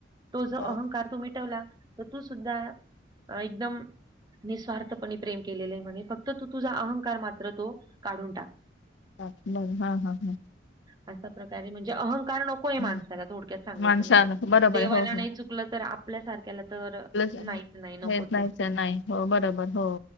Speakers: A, on the right; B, on the left.
A: तो जो
B: बरोबर
A: अहंकार तो मिटवला तर तू सुद्धा एकदम निस्वार्थपणे. प्रेम केलेलं आहे म्हणे फक्त तू तुझा मात्र तो काढून टाक.
B: टाक मग हा हा हा.
A: असा प्रकारे म्हणजे अहंकार नकोय
B: हम्म.
A: माणसाला थोडक्यात सांगायचं
B: माणसाला
A: म्हणजे
B: बरोबर
A: देवाला
B: आहे हो हो
A: नाही चु चूकलं तर आपल्या सारख्याला तर
B: प्लस
A: नाहीच नाही नकोच
B: हेच नाहीच
A: हे.
B: नाही हो बरोबर हो